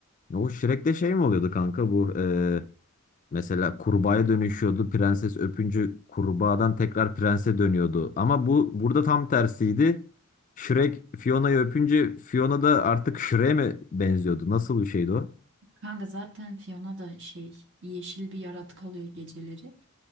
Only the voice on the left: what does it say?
O Shrek'te şey mi oluyordu kanka bu e, mesela kurbağaya dönüşüyordu prenses öpüncü kurbağadan tekrar prense dönüyordu ama bu burada tam tersiydi. Shrek Fiona'yı öpünce Fiona da artık Shrek'e mi benziyordu nasıl bir şeydi o?